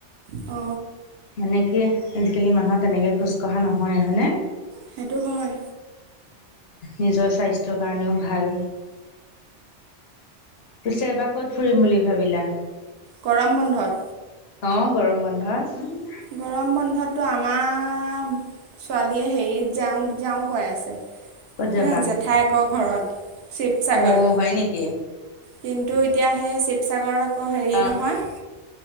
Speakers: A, on the right; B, on the left.
A: অ।
B: মানে কি আজি-কালি মানুহৰ তেনেকে খোজ কঢ়া নহয়ে, হয়নে?
A: সেইটো হয়
B: নিজৰ স্বাস্থ্যৰ কাৰণেও ভাল পিছে এবাৰ ক'ত ফুৰিম বুলি ভাবিলা
A: গৰম বন্ধত
B: অ গৰম বন্ধত
A: গৰম বন্ধতো আমাৰ ছোৱালীয়ে হেৰিত যাওঁ যাওঁ কৈ আছে। হে
B: ক'ত যাবা
A: জেঠায়েকৰ ঘৰত শিৱচাগৰ।
B: অ হয় নেকি
A: কিন্তু এতিয়া সেই শিৱচাগৰত আকৌ হেৰি
B: অ
A: নহয়,